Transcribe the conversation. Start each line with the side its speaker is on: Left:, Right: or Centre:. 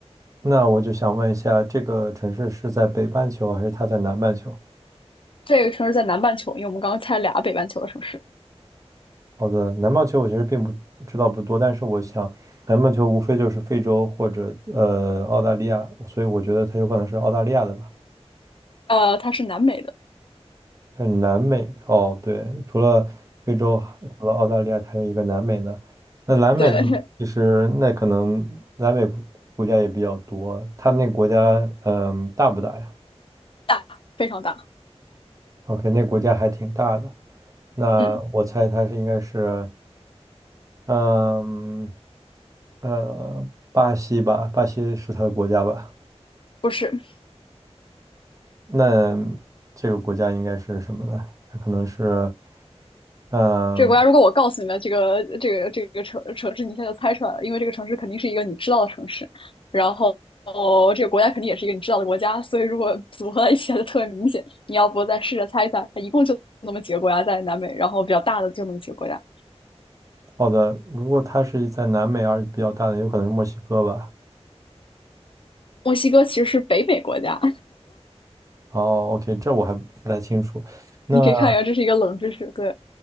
Right: 那我就想问一下，这个城市是在北半球还是它在南半球？
Left: 这个城市在南半球，因为我们刚刚猜俩北半球的城市。
Right: 好的，南半球我其实并不知道不多，但是我想南半球无非就是非洲或者呃澳大利亚，所以我觉得它有可能是澳大利亚的吧。
Left: 呃，它是南美的，
Right: 但是南美哦，对，除了非洲，除了澳大利亚，还有一个南美呢。那南美呢，
Left: 对，
Right: 其实那可能南美国国家也比较多。他们那个国家，嗯，大不大呀
Left: 大，非常大。
Right: ？OK，那个国家还挺大的。那我猜它是应该是，
Left: 嗯，
Right: 嗯，呃，巴西吧，巴西是它的国家吧？
Left: 不是
Right: 那这个国家应该是什么呢？它可能是，嗯、
Left: 这个国家。如果我告诉你们这个这个这个城城市，你一下就猜出来了，因为这个城市肯定是一个你知道的城市，然后哦，这个国家肯定也是一个你知道的国家，所以如果 <laughs> 组合在一起，它就特别明显。你要不再试着猜一猜，它一共就那么几个国家在南美，然后比较大的就那么几个国家。
Right: 好的，如果它是在南美而且比较大的，有可能是墨西哥吧。
Left: 墨西哥其实是北美国家，
Right: 哦，OK，这我还不太清楚。
Left: <laughs>
Right: 那
Left: 你可以看一下，这是一个冷知识。对，